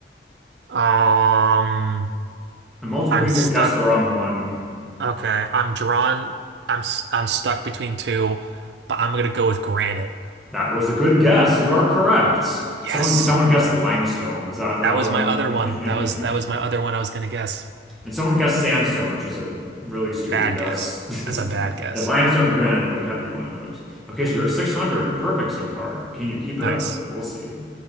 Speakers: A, on the right; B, in the centre.
A: Um,
B: And multiple
A: I'm
B: people
A: stuck.
B: guessed the wrong one.
A: Okay, I'm drawn. I'm s- I'm stuck between two, but I'm gonna go with granite.
B: That was a good guess. You are correct.
A: Yes,
B: Someone someone guessed limestone. Was that the
A: that
B: other
A: was
B: one?
A: my other
B: <laughs>
A: one. That was that was my other one I was gonna guess.
B: And someone guessed sandstone, which is a really stupid
A: Bad
B: guess.
A: guess.
B: <laughs>
A: That's a bad guess.
B: Yeah, limestone, granite, like had to be one of those. Okay, so you're at 600. Perfect so far. Can you keep it
A: Nice.
B: up? We'll see.